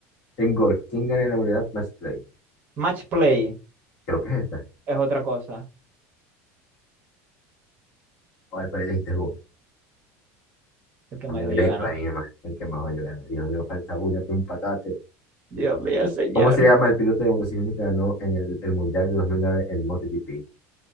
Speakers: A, on the left; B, on the right.
A: En golf, ¿quién gana en la modalidad match play?
B: Match play
A: Creo que es esta.
B: es otra cosa.
A: A ver, pero elegiste vos.
B: El que
A: También
B: más dijo
A: elegiste
B: yo gana.
A: la misma. El que más yo ganar. Dios mío, falta una para un patate.
B: Dios mío, señor.
A: ¿Cómo se llama el piloto de motociclismo que ganó en el, el Mundial de 2009 en MotoGP?